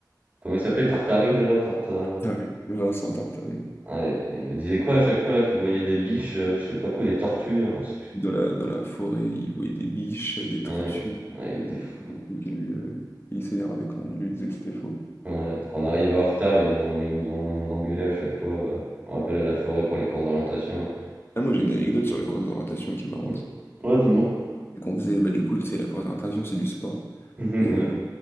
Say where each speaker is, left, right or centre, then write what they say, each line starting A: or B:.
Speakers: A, on the right; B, on the left.
A: Comment il s'appelait, Tartari déjà, Tarte... euh,
B: Ah oui, Vincent Tartari. ouais.
A: Ouais, il nous disait quoi à chaque fois là qu'il voyait des biches, euh, je sais pas quoi, des tortues, hein, j'en sais plus.
B: Dans la, dans la forêt, il voyait des biches, des tortues.
A: Ouais, ouais, il
B: Et
A: était fou.
B: du coup, qu'il lui, euh, il s'énervait quand on lui disait que c'était faux.
A: Ouais, quand on arrivait en retard, là, ils nous ont, ils nous ont, ils nous ont engueulaient à chaque fois. euh, je me rappelle à la forêt pour les cours d'orientation, là.
B: Ah, moi, j'ai une anecdote sur la course d'orientation qui est marrante.
A: Ouais, Ouais, dis-moi.
B: C'est qu'on faisait, bah, du coup, tu sais, la course d'orientation, c'est du sport.
A: Mhm,
B: Et,
A: oui,
B: euh,